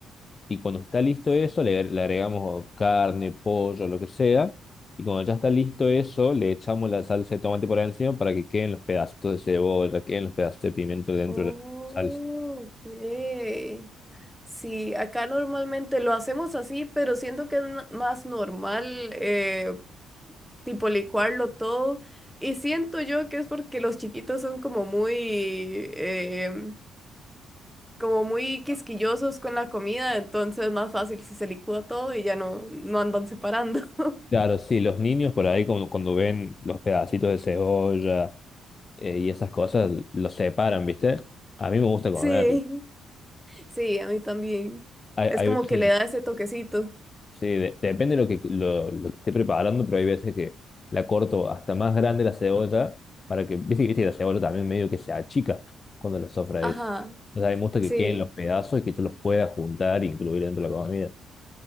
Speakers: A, on the left (about 35°); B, in the centre.
A: Y cuando está listo eso, le, le agregamos carne, pollo, lo que sea. Y cuando ya está listo eso, le echamos la salsa de tomate por encima para que queden los pedacitos de cebolla, queden los pedacitos de pimiento dentro
B: Oh,
A: de la salsa.
B: ok. Sí, acá normalmente lo hacemos así, pero siento que es n- más normal, eh, tipo licuarlo todo. Y siento yo que es porque los chiquitos son como muy, em, como muy quisquillosos con la comida, entonces es más fácil si se licúa todo y ya no, no andan separando. <laughs>
A: Claro, sí, los niños por ahí cuando, cuando ven los pedacitos de cebolla eh, y esas cosas, los separan, ¿viste? A mí me gusta comerlo.
B: Sí, sí, a mí también.
A: Hay,
B: Es
A: hay
B: como
A: veces
B: que le da ese toquecito.
A: Sí, de- depende de lo que, lo, lo que esté preparando, pero hay veces que la corto hasta más grande la cebolla para que, viste, viste que la cebolla también medio que se achica cuando la sofreís.
B: Ajá,
A: O sea, me gusta que
B: sí.
A: queden los pedazos y que yo los pueda juntar e incluir dentro de la comida.